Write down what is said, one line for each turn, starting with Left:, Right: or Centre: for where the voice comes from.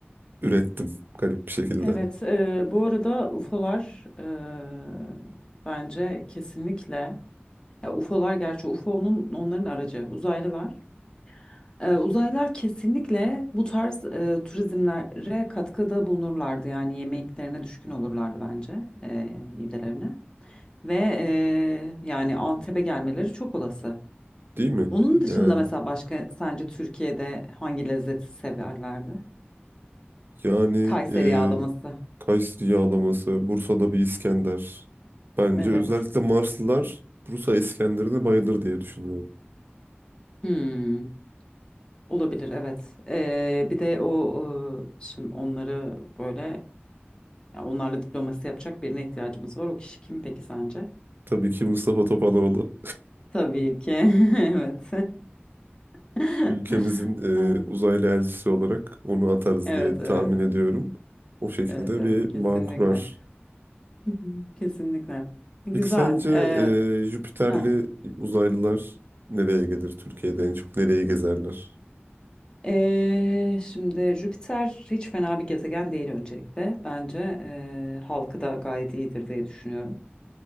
Right: ürettim garip bir şekilde.
Left: Evet, e, bu arada UFO'lar e, bence kesinlikle ya UFO'lar gerçi UFO'nun onların aracı uzaylılar. E, uzaylılar kesinlikle bu tarz e, turizmlere katkıda bulunurlardı yani yemeklerine düşkün olurlardı bence e, midelerine ve e, yani Antep'e gelmeleri çok olası.
Right: Değil mi?
Left: Onun dışında
Right: Yani
Left: mesela başka sence Türkiye'de hangi lezzeti severlerdi?
Right: yani
Left: Kayseri
Right: e,
Left: yağlaması.
Right: Kayseri yağlaması, Bursa'da bir İskender. Bence
Left: Evet.
Right: özellikle Marslılar Bursa İskender'ine bayılır diye düşünüyorum.
Left: Hmm. Olabilir evet. Ee, bir de o e, şimdi onları böyle ya onlarla diplomasi yapacak birine ihtiyacımız var. O kişi kim peki sence?
Right: Tabii ki Mustafa Topaloğlu.
Left: Tabii ki. <laughs> Evet. <laughs>
Right: Ülkemizin
Left: Ha,
Right: e, uzaylı elçisi olarak onu atarız
Left: Evet
Right: diye
Left: evet.
Right: tahmin ediyorum. O şekilde
Left: Evet evet
Right: bir
Left: kesinlikle.
Right: bağ kurar.
Left: Hı hı. Kesinlikle. Güzel.
Right: Peki sence
Left: Ee,
Right: e, Jüpiterli
Left: heh.
Right: uzaylılar nereye gelir? Türkiye'de en çok nereyi gezerler?
Left: Ee, şimdi Jüpiter hiç fena bir gezegen değil öncelikle. Bence ee, halkı da gayet iyidir diye düşünüyorum.